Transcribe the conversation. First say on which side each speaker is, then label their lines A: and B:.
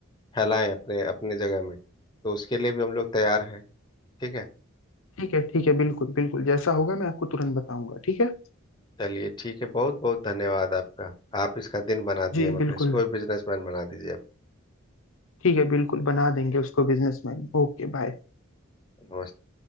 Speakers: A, on the left; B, on the left.
A: फैलाएं अपने अपने जगह में तो उसके लिए भी हम लोग तैयार हैं ठीक है
B: ठीक है ठीक है बिल्कुल बिल्कुल जैसा होगा मैं आपको तुरंत बताऊंगा ठीक है
A: चलिए ठीक है बहुत बहुत धन्यवाद आपका आप इसका दिन बना
B: जी
A: दिए मतलब
B: बिल्कुल
A: इसको भी बिजनेसमैन बना दीजिए आप
B: ठीक है बिल्कुल बना देंगे उसको बिजनेसमैन Okay bye
A: नमस्ते